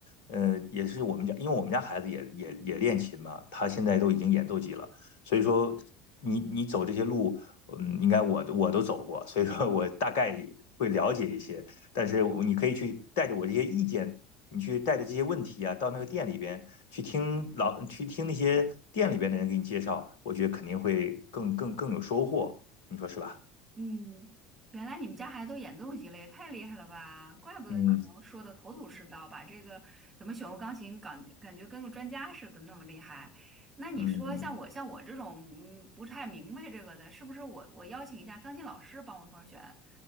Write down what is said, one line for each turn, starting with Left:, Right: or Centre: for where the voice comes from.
Left: 呃，也是我们家，因为我们家孩子也也也练琴嘛，他现在都已经演奏级了，所以说你你走这些路，嗯，应该我我都走过，所以说我大概会了解一些，但是我你可以去带着我这些意见，你去带着这些问题啊，到那个店里边去听老去听那些店里边的人给你介绍，我觉得肯定会更更更有收获，你说是吧？
Right: 嗯，原来你们家孩子都演奏级了，也太厉害了吧！怪不得你能说的头头是道，
Left: 嗯
Right: 把这个怎么选用钢琴感觉感觉跟个专家似的那么厉害。那你说像我像我这种嗯不太明白这个的，
Left: 嗯。
Right: 是不是我我邀请一下钢琴老师帮我一块儿选